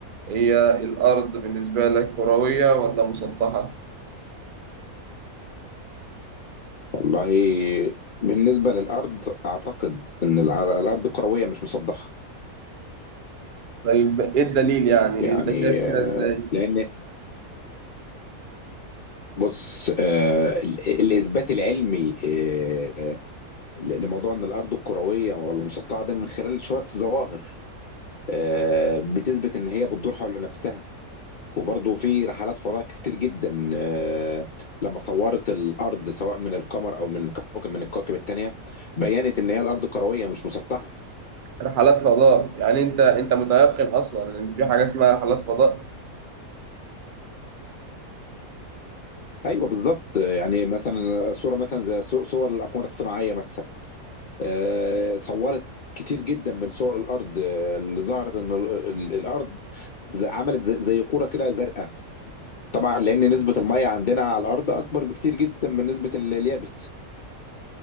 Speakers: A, on the right; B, on the left.
A: هي الأرض بالنسبة لك كروية ولا مسطحة؟
B: والله بالنسبة للأرض أعتقد إن الع- الأرض كروية مش مسطحة
A: طيب إيه الدليل يعني؟
B: يعني
A: أنت شايف
B: آه،
A: كده إزاي؟
B: لأن بص آه، ال- الإثبات العلمي آه، ل- لموضوع إن الأرض الكروية ولا المسطحة ده من خلال شوية ظواهر آه، بتثبت إن هي بتدور حول نفسها وبرضه في رحلات فضاء كتير جدا آه، لما صورت الأرض سواء من القمر أو من كوكب من الكواكب التانية بينت إن هي الأرض كروية مش مسطحة
A: رحلات فضاء يعني انت انت متيقن اصلا ان في حاجه اسمها رحلات فضاء
B: ايوه بالظبط يعني مثلا صوره مثلا زي صو- صور الاقمار الصناعيه مثلا آه، صورت كتير جدا من صور الارض آه، اللي ظهرت ان ال- ال- الارض زي- عملت زي زي كوره كده زرقاء طبعا لان نسبه الميه عندنا على الارض اكبر بكتير جدا من نسبه ال- اليابس